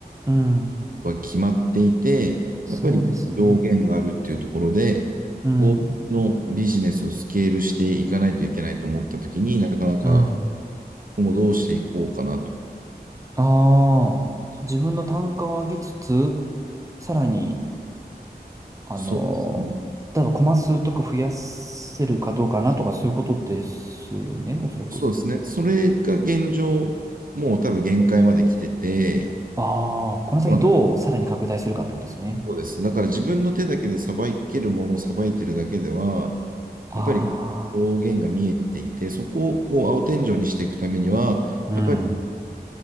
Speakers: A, on the right; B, on the right.
A: うん。
B: は決まっていて、
A: そうですね。
B: やっぱり上限があるっていうところで、
A: うん、
B: このビジネスをスケールしていかないといけないと思ったときになかなか
A: うん。
B: 今後どうしていこうかなと。
A: ああ、自分の単価を上げつつ、さらに、あのー、
B: そうですね。
A: 例えばコマ数とか増やせるかどうかなとか、そういうことですよね、おそらく。
B: そうですね。それが現状、もう多分限界まで来てて、
A: ああ、この先どうさらに拡大するかってことですね。
B: まあそうです。だから自分の手だけでさばけるものをさばいてるだけでは、
A: あ
B: やっぱり上限が見えていて、そこをこう青天井にしていくためには、
A: あ、うん、
B: やっぱり